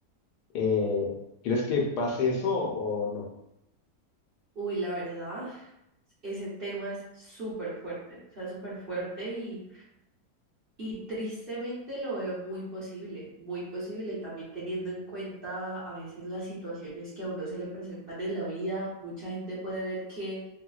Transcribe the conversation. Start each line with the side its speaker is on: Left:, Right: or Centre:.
Left: Eh, ¿crees que pase eso o no?
Right: Uy, la verdad, ese tema es súper fuerte, o sea, súper fuerte y Y tristemente lo veo muy posible, muy posible, y también teniendo en cuenta a veces las situaciones que a uno se le presentan en la vida, mucha gente puede ver que